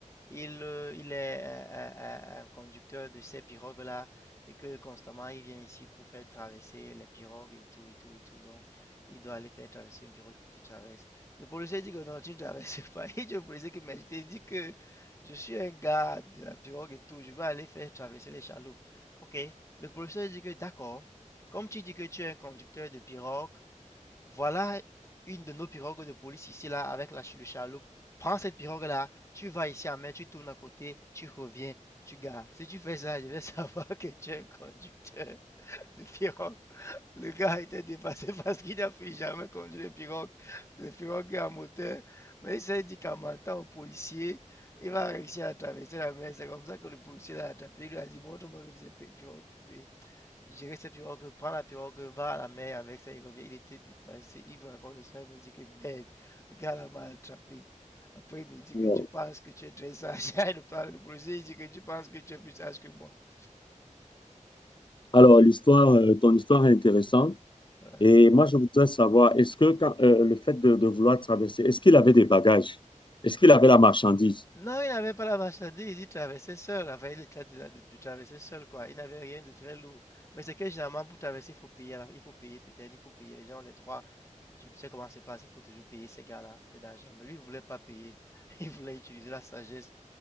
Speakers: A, on the left (about 20°); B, on the left (about 40°).
A: il, euh, il est euh, euh, euh, un conducteur de ces pirogues-là et que constamment il vient ici pour faire traverser les pirogues et tout et tout et tout. Donc il doit aller faire traverser une pirogue, il faut qu'il traverse. Le policier dit que non, tu ne traverses <laughs> pas. Et le policier qui m'a dit que je suis un gars de la pirogue et tout, je vais aller faire traverser les chaloupes. Ok, le policier dit que d'accord, comme tu dis que tu es un conducteur de pirogue, voilà une de nos pirogues de police ici, là, avec la chaloupe. Prends cette pirogue-là, tu vas ici en mer, tu tournes à côté, tu reviens, tu gares. Si tu fais ça, je vais savoir que tu es un conducteur de pirogue. Le gars était dépassé <laughs> parce qu'il n'a plus jamais conduit de pirogue. Le pirogue est à moteur. Mais il s'est dit qu'en mentant au policier, il va réussir à traverser la mer. C'est comme ça que le policier l'a attrapé. Il lui a dit, montre-moi que tu sais pirogue- je dirais sa pirogue, prends la pirogue, va à la mer avec ça, il revient, il était dépassé, il me raconte l'histoire, il me dit que merde, le gars là m'a attrapé. Après il me dit
B: Alors,
A: que tu penses que tu es très sage, <laughs> il parle le policier, il dit que tu penses que tu es plus sage que moi. <laughs>
B: alors, l'histoire, euh, ton histoire est intéressante.
A: Ouais.
B: Et moi, je voudrais savoir, est-ce que quand- euh, le fait de, de vouloir traverser, est-ce qu'il avait des bagages? Est-ce qu'il avait la marchandise?
A: Non, il n'avait pas la marchandise, il traversait seul, enfin il était de, de- de traverser seul quoi, il n'avait rien de très lourd. Mais c'est que généralement pour traverser il faut payer, alors il faut payer peut-être, il faut payer, les gens les trois, tu sais comment ça se passe, il faut toujours payer ces gars-là un peu d'argent. Mais lui il voulait pas payer, <laughs> il voulait utiliser la sagesse